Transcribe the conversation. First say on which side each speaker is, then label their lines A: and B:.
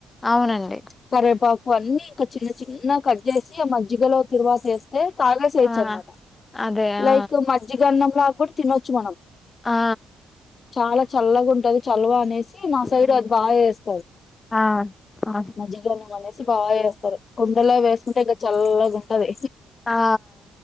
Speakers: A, on the left (about 25°); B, on the left (about 40°).
A: అవునండి
B: కరేపాకు అన్ని ఇక చిన్న చిన్న కట్ చేసి ఆ మజ్జిగలో తిర్వాత వేస్ తే తాగేసేయొచ్చు
A: ఆ
B: అనమాట
A: అదే ఆ
B: లైక్ మజ్జిగఅన్నం లా కూడా తినొచ్చు మనం.
A: ఆ
B: చాలా చల్లగా ఉంటది చల్లవ అనేసి మా సైడ్
A: ఉమ్,
B: అది బాగా చేస్
A: ఆ పా
B: మజ్జిగన్నం అనేసి బాగా చేస్తారు కుండలో వేసుకుంటే ఇంకా చల్లగా ఉంటది.
A: ఆ